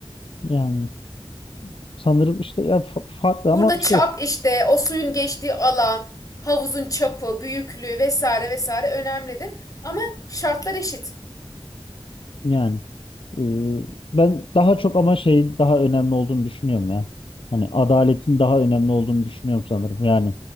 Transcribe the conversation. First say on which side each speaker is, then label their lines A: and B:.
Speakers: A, on the left; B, on the left.
A: Yani sanırım işte ya fa- farklı
B: Burada
A: ama
B: çap
A: şey,
B: işte o suyun geçtiği alan, havuzun çapı, büyüklüğü vesaire vesaire önemlidir. Ama şartlar eşit.
A: Yani e, ben daha çok ama şey daha önemli olduğunu düşünüyorum ya. Hani adaletin daha önemli olduğunu düşünüyorum sanırım. Yani